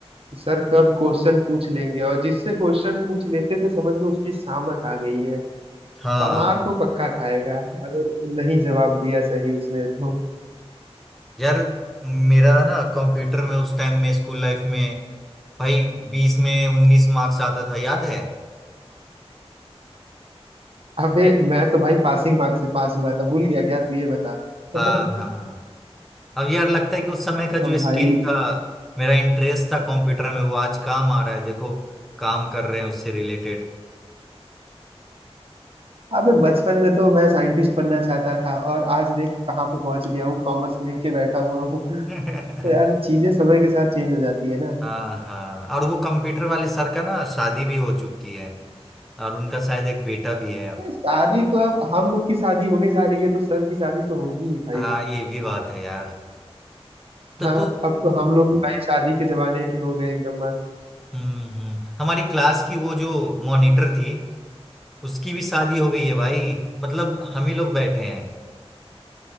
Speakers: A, on the right; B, in the centre.
A: सर कब क्वेश्चन पूछ लेंगे और जिससे क्वेश्चन पूछ लेते थे समझ लो उसकी सामत आ गई है
B: हाँ
A: प- मार तो पक्का खाएगा अगर नहीं जवाब दिया सही उसने तो
B: यार मेरा ना कंप्यूटर में उस टाइम में स्कूल लाइफ में भाई बीस में उन्नीस मार्क्स आता था याद है
A: अबे मैं तो भाई पासिंग मार्क्स से पास हुआ था भूल गया क्या तू ये बता
B: हाँ
A: <laughs>
B: हाँ अब यार लगता है कि उस समय का
A: भाई
B: जो स्किल था मेरा इंटरेस्ट था कंप्यूटर में वो आज काम आ रहा है देखो काम कर रहे हैं उससे रिलेटेड
A: अबे बचपन में तो मैं साइंटिस्ट बनना चाहता था और आज देख कहाँ पे पहुंच गया हूँ कॉमर्स लेके बैठा हुआ हूँ <laughs>
B: <laughs>
A: तो यार चीजें समय के साथ चेंज हो जाती है ना
B: हाँ हाँ और वो कंप्यूटर वाले सर का ना शादी भी हो चुकी है और उनका शायद एक बेटा भी है
A: अरे
B: अब
A: शादी तो अब हम लोग की शादी होने जा रही है तो सर की शादी तो होगी ही भाई
B: हाँ ये भी बात है यार तो
A: हाँ
B: तू
A: अब तो हम लोग भी भाई शादी के जमाने के हो गए एकदम मस्त
B: हम्म हम्म, हमारी क्लास की वो जो मॉनिटर थी उसकी भी शादी हो गई है भाई मतलब हम ही लोग बैठे हैं